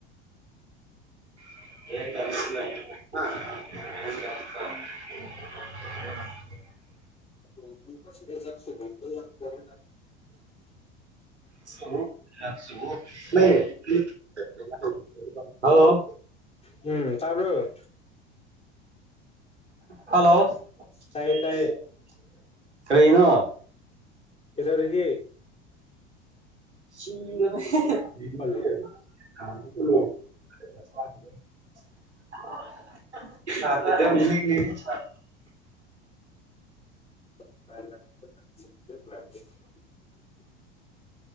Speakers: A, on the right; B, on the left.
A: <unintelligible>
B: <unintelligible>
A: <unintelligible> ꯍꯜꯂꯣ
B: ꯎꯝ ꯇꯥꯕ꯭ꯔꯣ
A: ꯍꯜꯂꯣ <unintelligible>
B: ꯇꯥꯏꯌꯦ ꯇꯥꯏꯌꯦ
A: ꯀꯔꯤꯅꯣ
B: ꯀꯩꯗꯧꯔꯤꯒꯦ
A: <unintelligible>
B: ꯑꯜꯂꯣ <unintelligible>